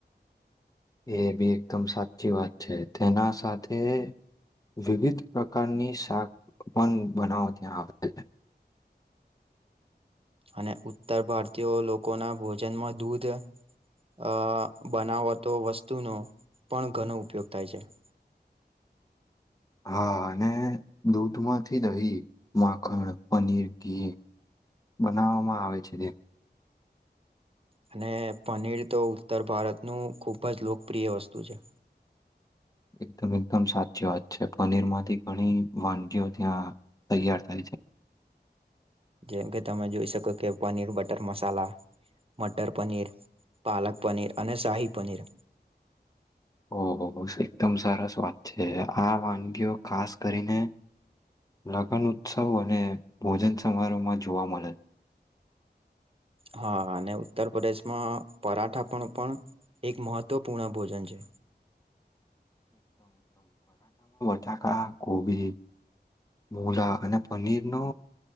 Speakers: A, on the left; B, on the right.
A: એ બી એકદમ સાચી વાત છે તેના સાથે વિવિધ પ્રકારની શાક પણ બનાવો ત્યાં આવે છે.
B: અને ઉત્તર ભારતીયો લોકોના ભોજનમાં દૂધ અ બનાવતો વસ્તુનો પણ ઘણો ઉપયોગ થાય છે. <inaudible>
A: હા અને દૂધમાંથી દહી માખણ પનીર ઘી બનાવવામાં આવે છે તે
B: અને પનીર તો ઉત્તર ભારતનું ખૂબ જ લોકપ્રિય વસ્તુ છે.
A: એકદમ એકદમ સાચી વાત છે. પનીરમાંથી ઘણી વાનગીઓ ત્યાં તૈયાર થાય છે.
B: જેમ કે તમે જોઈ શકો કે પનીર બટર મસાલા મટર પનીર પાલક પનીર અને શાહી પનીર
A: ઓહોહો એકદમ સરસ વાત છે આ વાનગીઓ ખાસ કરીને લગન ઉત્સવ અને ભોજન સમારોહમાં જોવા મલે
B: હા અને ઉત્તર પ્રદેશમાં પરાઠા પણ પણ એક મહત્વપૂર્ણ ભોજન છે.
A: ટાકા કોબી મૂલા અને પનીર નો